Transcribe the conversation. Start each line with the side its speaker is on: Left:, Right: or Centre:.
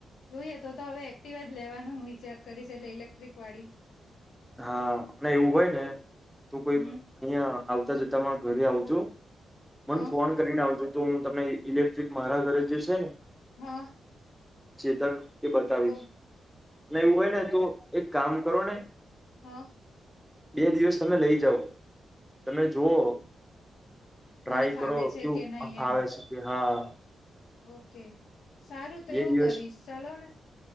Left: જોઈએ તો તો હવે એક્ટિવા જ લેવાનું વિચાર કરીશ એટલે ઇલેક્ટ્રિક વાળી.
Centre: હા અને એવું હોય ને તું કોઈ
Left: હમ
Centre: વાર અહિયાં. આવતા જતા મા ઘરે આવજો મને
Left: હા
Centre: ફોન કરીને આવજો. તો હું તમને ઇલેક્ટ્રિક મારા ઘરે જે છે ને.
Left: હા.
Centre: ચેત એ બતાવીશ
Left: ઓ
Centre: એવું હોય ને તો એક કામ કરો ને.
Left: હા.
Centre: બે દિવસ તમે લઈ જાઓ તમે જુઓ. ટ્રાય
Left: મને ફાવે
Centre: કરો
Left: છે
Centre: કુ
Left: કે નહી
Centre: આખા
Left: એમ
Centre: આવે સુ હા.
Left: ઓકે સારું તો
Centre: બે
Left: એવું
Centre: દિવસ
Left: કરીશ ચાલો ને